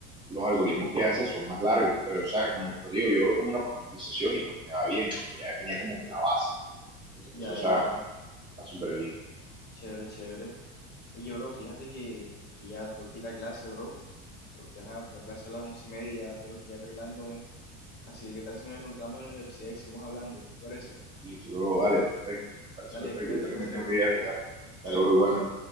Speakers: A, on the right; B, on the left.
A: los algoritmos que hace son más largos, pero o sea, como te digo, yo lo veo como una profundización y pues me va bien, porque ya tenía como que la base, entonces
B: ya,
A: o sea,
B: ya,
A: va súper bien.
B: chévere, chévere. Oye, bro, fíjate que, que ya tengo que ir a clase, bro, porque ajá, tengo clase a las once y media y ya tengo que ir arreglándome. Así que, ¿qué tal si nos encontramos en la universidad y seguimos hablando? ¿Te parece?
A: Listo, luego dale, perfecto, me parece
B: Dale,
A: perfecto,
B: cuídate,
A: yo también
B: cuídate,
A: me tengo
B: bro.
A: que ir a arreglar.
B: Dale,
A: Dale,
B: un
A: bro,
B: gusto.
A: igualmente.